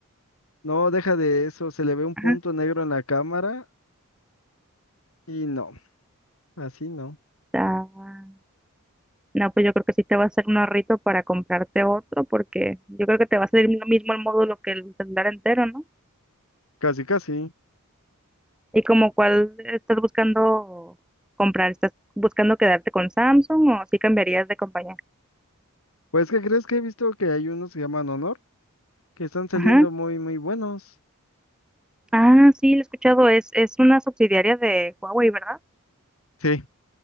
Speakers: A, on the left; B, in the centre.
A: no deja de eso, se le ve un punto
B: Ajá.
A: negro en la cámara y no, así no.
B: Ah, No, pues yo creo que sí te va a hacer un ahorrito para comprarte otro, porque yo creo que te va a salir lo mismo el módulo que el celular entero, ¿no?
A: Casi, casi.
B: ¿Y como cuál estás buscando comprar? ¿Estás buscando quedarte con Samsung o sí cambiarías de compañía?
A: Pues, ¿qué crees que he visto que hay unos que llaman Honor? Que están saliendo
B: Ajá.
A: muy, muy buenos.
B: Ah, sí, lo he escuchado. Es, es una subsidiaria de Huawei, ¿verdad?
A: Sí,